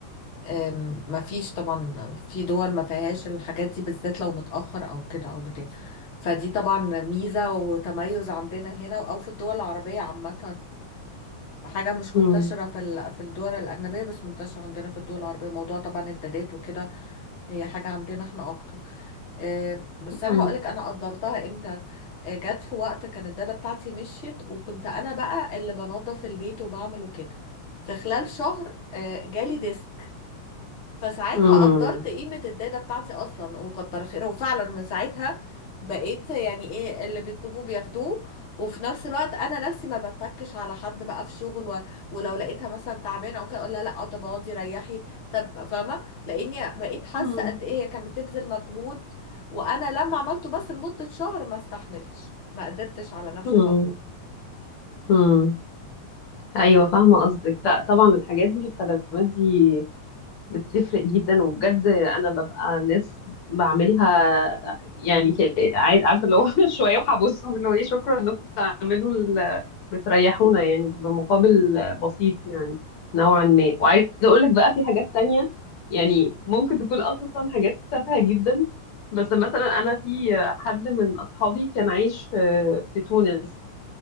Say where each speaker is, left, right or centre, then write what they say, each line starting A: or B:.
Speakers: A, on the left; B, on the left.
A: أم، مفيش طبعا في دول ما فيهاش الحاجات دي بالذات لو متأخر او كده او بتاع فدي طبعا ميزة وتميز عندنا هنا او في الدول العربية عامة حاجة مش
B: مم.
A: منتشرة في ال- في الدول الأجنبية بس منتشرة عندنا في الدول العربية موضوع طبعا الدادات وكده هي حاجة عندنا احنا اكتر أم، بس انا
B: مم.
A: هقولك انا قدرتها امتى أه، جت في وقت كان الدادة بتاعتي مشيت وكنت انا بقى اللي بنظف البيت وبعمله كده في خلال شهر آه، جالي ديسك فساعتها
B: مم.
A: قدرت قيمة الداتا بتاعتي أصلا وكتر خيرها وفعلا من ساعتها بقيت يعني إيه اللي بيطلبوه بياخدوه وفي نفس الوقت أنا نفسي ما بتكش على حد بقى في شغل و... ولو لقيتها مثلا تعبانة أو كده أقول لها لأ آه طب اقعدي ريحي طب فاهمة لأني بقيت حاسة
B: مم.
A: قد إيه هي كانت بتبذل مجهود وأنا لما عملته بس لمدة شهر ما استحملتش ما قدرتش على نفس
B: امم
A: المجهود
B: امم ايوه فاهمه قصدك لا طبعا الحاجات دي الخدمات دي بتفرق جدا وبجد انا ببقى ناس بعملها يعني ك- عايز عارفه اللي هو <laughs> شويه وهبصهم اللي هو ايه شكرا انكم بتعملوا ال- بتريحونا يعني بمقابل بسيط يعني نوعا ما وعايزه اقول لك بقى في حاجات تانية يعني ممكن تكون اصلا حاجات تافهه جدا بس مثلا انا في حد من اصحابي كان عايش في في تونس